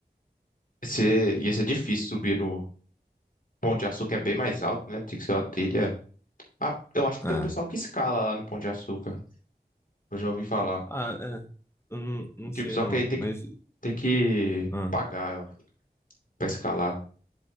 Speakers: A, on the left (about 55°); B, on the left (about 15°).
A: ser, ia ser difícil subir no Pão de Açúcar, é bem mais alto, né? Tem que ser uma trilha. Ah, eu acho que
B: Ah.
A: tem um pessoal que escala lá no Pão de Açúcar. Eu já ouvi falar.
B: Ah, é. Eu não, não
A: Tipo,
B: sei
A: só
B: não.
A: que aí tem
B: Mas.
A: que Tem que
B: Ah.
A: pagar para escalar.